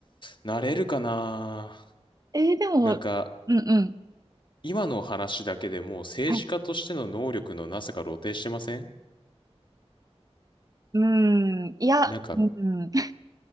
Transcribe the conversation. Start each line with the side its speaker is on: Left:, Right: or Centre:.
Left: なれるかな
Right: えーでも、
Left: なんか、
Right: うんうん。
Left: 今の話だけでもう政治家としての能力のなさが露呈してません
Right: はい。うん。いや、
Left: なんか、
Right: うん。